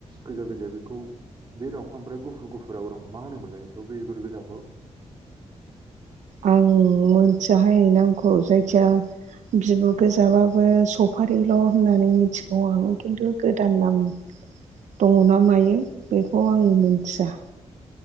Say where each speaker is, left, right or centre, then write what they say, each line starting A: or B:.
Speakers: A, on the right; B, on the right.
A: गोजा-गोजाया बेखौ बे दं ओमफ्राय गुफुर गुफुरा दं मा होनोमोनलाय बेखौ बेगर गोजाखौ?
B: आं मोनथियाहाय नामखौ जायखिजाया जिबाबो गोजाबाबो सपारिल' होननानै मिथिगौ आं खिन्थु गोदान नाम दङ ना मायो बेखौ आं मोन्थिया।